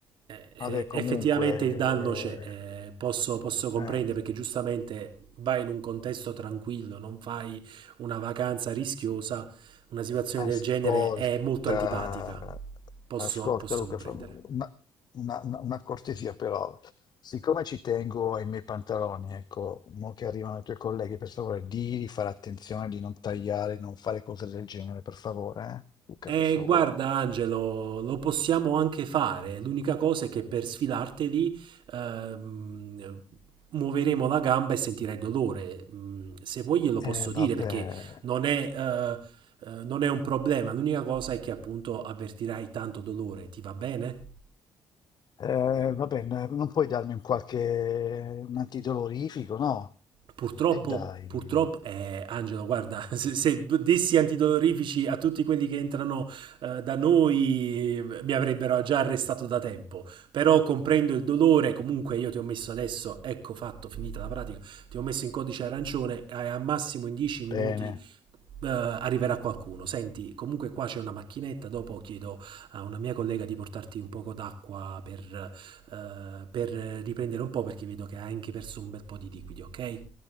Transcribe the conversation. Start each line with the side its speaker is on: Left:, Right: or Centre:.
Right: eh,
Left: Vabbè, comunque,
Right: effettivamente il danno c'è, eh, posso, posso comprendere
Left: eh, eh,
Right: perché giustamente vai in un contesto tranquillo, non fai una vacanza rischiosa, una situazione
Left: ascolta,
Right: del genere è molto antipatica, posso,
Left: ascolta
Right: posso
Left: Luca,
Right: comprendere.
Left: fa- una, una- una- una cortesia però, siccome ci tengo ai miei pantaloni, ecco, mo che arrivano i tuoi colleghi, per favore, di di fare attenzione, di non tagliare, non fare cose del genere, per favore, eh? Luca,
Right: E
Left: per favore.
Right: guarda Angelo, lo possiamo anche fare. L'unica cosa è che per sfilarteli ehm, muoveremo la gamba e sentirai dolore. Mm, Se vuoi glielo posso
Left: Eh, vabbè.
Right: dire perché non è, eh, eh, non è un problema. L'unica cosa è che appunto avvertirai tanto dolore. Ti va bene?
Left: Eh, vabbè, n- non puoi darmi un qualche un antidolorifico, no?
Right: Purtroppo,
Left: E dai.
Right: purtroppo, eh, Angelo, guarda, <laughs> se, se dessi antidolorifici a tutti quelli che entrano eh, da noi, eh, mi avrebbero già arrestato da tempo. Però comprendo il dolore, comunque io ti ho messo adesso, ecco fatto, finita la pratica, ti ho messo in codice arancione e a massimo in 10 minuti
Left: Bene.
Right: eh, arriverà qualcuno. Senti, comunque qua c'è una macchinetta, dopo chiedo a una mia collega di portarti un poco d'acqua per, eh, per riprendere un po' perché vedo che hai anche perso un bel po' di liquidi, ok?